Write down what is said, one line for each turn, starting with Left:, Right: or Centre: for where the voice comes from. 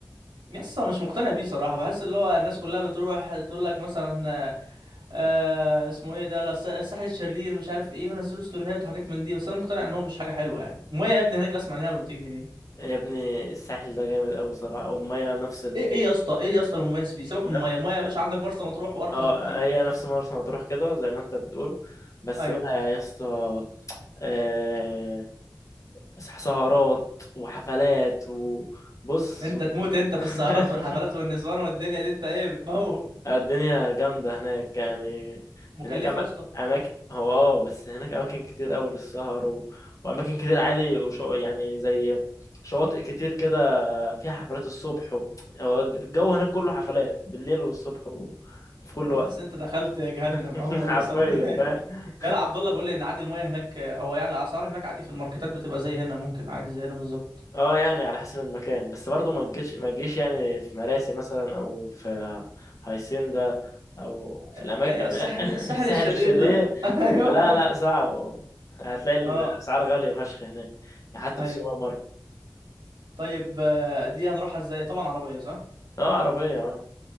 Right: يسا مش مقتنع بيه صراحة بحس اللي هو الناس كلها بتروح تقول لك مثلا آه آه، اسمه ايه ده لا الس- الساحل الشرير مش عارف ايه ونزلوا ستوريهات وحاجات من دي بس انا مقتنع ان هو مش حاجة حلوة يعني المية يا ابني هناك بسمع انها ب 200 جنيه
Left: يا ابني الساحل ده جامد أوي صراحة والمية نفس ال
Right: ايه ايه يا اسطى ايه يا اسطى المميز فيه سيبك من
Left: نف-
Right: الميه الميه يا باشا عندك مرسى مطروح وارخص
Left: اه
Right: بكتير
Left: هي نفس مرسى مطروح كده زي ما انت بتقول بس
Right: ايوه
Left: بقى يا اسطى آه، سهرات وحفلات وبص
Right: انت
Left: و...
Right: تموت انت في
Left: <laughs>
Right: السهرات والحفلات والنسوان والدنيا دي انت ايه بتموت
Left: الدنيا جامدة هناك يعني
Right: مكلفه
Left: هناك أما...
Right: يا اسطى
Left: أماكن هو اه بس هناك أماكن كتير أوي للسهر و... وأماكن كتير عادي وشو... يعني زي شواطئ كتير كده فيها حفلات الصبح و... هو الجو هناك كله حفلات بالليل والصبح وفي كل
Right: انت
Left: وقت
Right: تحس انت دخلت جهنم
Left: <laughs>
Right: اول ما
Left: حرفيا
Right: توصل هناك
Left: فاهم
Right: <laughs> يلا عبد الله بيقول لي ان عادي الميه هناك او يعني الاسعار هناك عادي في الماركتات بتبقى زي هنا ممكن عادي زي هنا بالظبط
Left: اه يعني على حسب المكان بس برضو ما تجيش ما تجيش يعني في مراسي مثلا او في هايسيندا او في
Right: آه،
Left: الاماكن
Right: ايوه
Left: في,
Right: الساحل
Left: <laughs>
Right: الساحل
Left: في الساحل
Right: الشرير
Left: الشرير
Right: ده <laughs> ايوه
Left: لا لا صعب هتلاقي الاسعار
Right: اه
Left: غاليه فشخ هناك يعني حتى
Right: ايوه
Left: في السوبر ماركت
Right: طيب آه، دي هنروحها ازاي طبعا عربيه صح
Left: اه عربيه اه